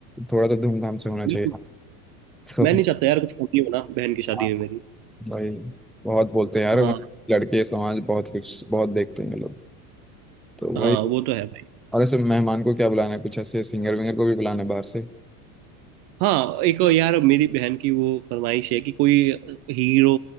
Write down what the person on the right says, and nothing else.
बिल्कुल
मैं नहीं चाहता यार कुछ कमी हो ना बहन की शादी
में मेरी
हाँ
हाँ
वो तो है भाई
हाँ एक यार मेरी बहन की वो फरमाइश है कि कोई हीरो